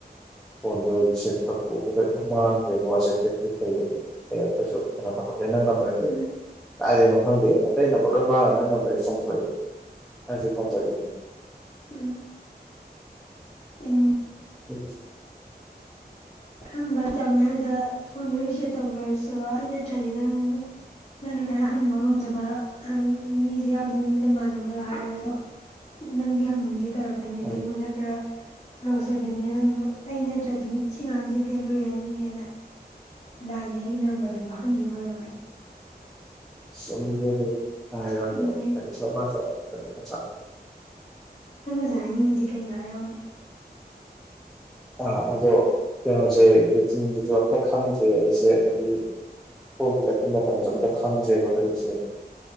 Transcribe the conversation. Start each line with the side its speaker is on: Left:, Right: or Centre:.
Centre: ꯐꯣꯟꯗꯣ ꯔꯤꯁꯦꯠ ꯇꯧꯊꯣꯛꯎꯕꯗ ꯂꯣꯢ ꯃꯥꯡꯈ꯭ꯔꯦꯕ ꯋꯥꯆꯦꯞꯇꯒꯤ ꯀꯩꯗꯒꯤ ꯑꯩ ꯑꯝꯇꯁꯨ ꯀꯩꯅꯣ ꯇꯧꯍꯧ ꯗꯩ ꯅꯪ ꯅꯝꯕꯔꯁꯦ
Left: ꯎꯝ
Centre: ꯀꯥꯏꯗꯒꯤꯅꯣ ꯈꯪꯗꯦ ꯑꯇꯩ ꯅꯝꯕꯔ ꯂꯣꯏ ꯃꯥꯡꯉꯒ ꯅꯪ ꯅꯝꯕꯔꯁꯦ ꯆꯣꯡꯊꯣꯔꯛꯑꯦ ꯑꯩ ꯍꯧꯖꯤꯛ ꯐꯣꯟ ꯇꯔꯛꯏꯅꯦ
Left: ꯎꯝ ꯏꯝ
Centre: ꯑꯩꯖꯦ
Left: ꯈꯪꯕ ꯑꯦꯛꯖꯥꯝ ꯃꯌꯥꯗ ꯐꯣꯟꯗꯣ ꯔꯤꯁꯦꯞ ꯇꯧꯈ꯭ꯔꯁꯨ ꯑꯩ ꯅꯠꯇ꯭ꯔꯗꯤ ꯅꯪ ꯅꯪꯅ ꯈꯔ ꯍꯪꯕ ꯉꯝꯖꯕ ꯑꯪ ꯃꯤꯁꯦ ꯌꯥꯎꯗꯦꯅꯦ ꯅꯣꯢ ꯅꯃꯥꯟꯅꯕ ꯍꯥꯏꯔꯁꯨ ꯅꯪꯗꯤ ꯍꯪꯅꯤꯡ ꯉꯗꯤ ꯇꯧꯔꯛꯀꯅꯤ ꯑꯗꯣ
Centre: ꯎꯝ
Left: ꯑꯩꯉꯣꯟꯗ ꯈꯔ ꯀ꯭ꯂꯣꯁ ꯑꯣꯏꯕꯅꯤꯅ ꯅꯪꯗꯣ ꯑꯩ ꯅꯠꯇ꯭ꯔꯗꯤ ꯁꯤꯉꯥꯡꯖꯦ ꯐꯦꯜ ꯑꯣꯏꯔꯅꯤꯅ ꯂꯥꯏꯅ ꯑꯩꯒꯤ ꯅꯝꯕꯔꯗꯣ ꯌꯥꯎꯍꯟꯕꯤꯕ ꯑꯣꯏꯔꯝꯒꯅꯤ
Centre: ꯆꯨꯝꯗꯣꯢꯅꯦ ꯂꯥꯢ ꯃꯥꯁꯨ
Left: ꯎꯝ
Centre: ꯑꯉꯛꯄꯅꯦ ꯏꯁꯣꯔ ꯃꯥꯁꯨ ꯑꯉꯛ ꯑꯗꯨꯅꯦ ꯅꯠꯇ꯭ꯔꯥ
Left: ꯑꯗ ꯍꯥꯏꯅꯤꯡꯉꯁꯦ ꯀꯩꯅꯣ ꯍꯥꯏꯔꯛꯑꯣꯅꯦ
Centre: ꯑꯥ ꯑꯗꯣ ꯀꯩꯅꯣꯁꯦ ꯔꯨꯇꯤꯟꯗꯨꯁꯨ ꯑꯝꯇ ꯈꯪꯗ꯭ꯔꯦ ꯑꯩꯁꯦ ꯑꯗꯒꯤ ꯐꯣꯔꯝ ꯐꯤꯜ ꯑꯞꯀꯤ ꯃꯇꯝꯁꯨ ꯑꯝꯇ ꯈꯪꯗ꯭ꯔꯦꯕ ꯍꯧꯖꯤꯛꯁꯦ